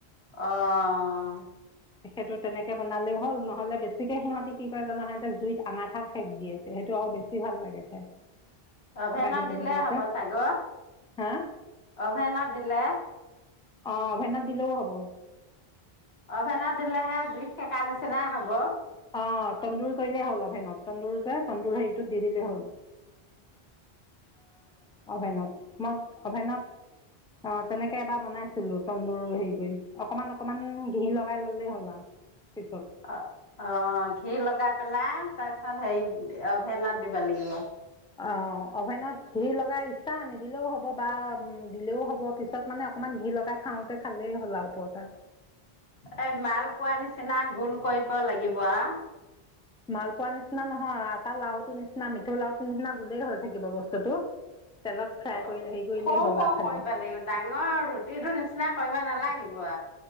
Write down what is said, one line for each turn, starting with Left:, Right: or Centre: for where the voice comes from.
Left: আহ
Centre: সেইটো তেনেকে তেনেকে বনালেও হ'ল নহ'লে বেছিকে সিহঁতি কি কৰে জানা সিহঁতে জুইত আঙাঠাত সেক দিয়ে তে সেইটো আৰু বেছি ভাল লাগে খাই
Left: অভেনত
Centre: বাহিৰা মানুহ
Left: দিলে
Centre: বিলাকে
Left: হ'ব ছাগ
Centre: হা
Left: অভেনত দিলে
Centre: আহ অভেনথ দিলেও হব
Left: অভেনত দিলেহে জুইত সেকাৰ নিচিনা হব।
Centre: অহ তন্দুৰ কৰিলেই হ'ল অভেনত তন্দুৰ যে তন্দুৰ হেৰিটোত দি দিলেই হ'ল অ হয়ে ন মই‌। অভেনত অ তেনেকে এবাৰ বনাইছিলো তন্দুৰ হেৰি কৰি অকমান অকমান ঘি লগাই ললেই হ'ল আৰু। পিছত
Left: অ অ ঘি লগগাই পেলাই তাৰপিছত হেৰি অভেন দিব লাগিব
Centre: অ অভেনত ঘ লগাইছে পচা আনি দিলেও হ'ব বা উম দিলেও হ'ব পিছত মানে অকমান ঘি লগাই খাওতে খালেই হ'ল আৰু ওপৰতাত‌
Left: এ মাল পোৱা নিচিনা গোল কৰিব লাগিব আৰু
Centre: মাল পোৱা নিচিনা নহয় এটা লাওটো নিচনা মিঠৈ লাও নিচিনা গোলেই হৈ থাকিব বস্তুটো তেলত ফ্ৰাই
Left: অ
Centre: কৰি হেৰি কৰিলেই
Left: সৰু
Centre: হ'ল
Left: সৰু
Centre: আৰু খালি
Left: কৰিব লাগিব ডাঙৰ আৰু ৰুটিটোো নিচিনা কৰিব নালাগিব ব